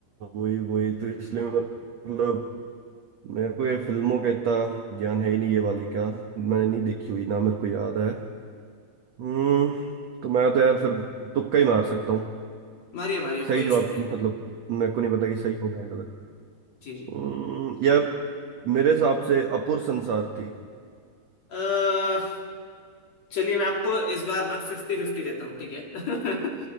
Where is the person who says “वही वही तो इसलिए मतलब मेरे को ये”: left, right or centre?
Right